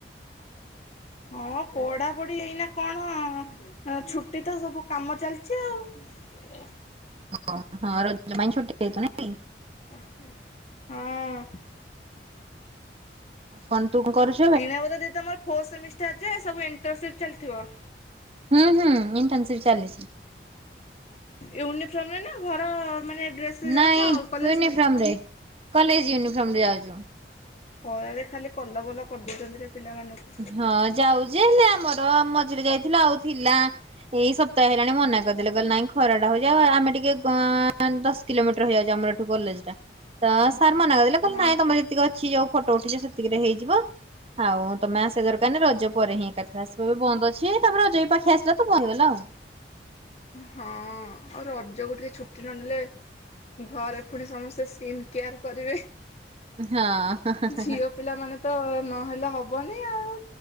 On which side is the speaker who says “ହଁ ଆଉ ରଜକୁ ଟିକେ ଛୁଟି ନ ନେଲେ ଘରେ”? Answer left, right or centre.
Left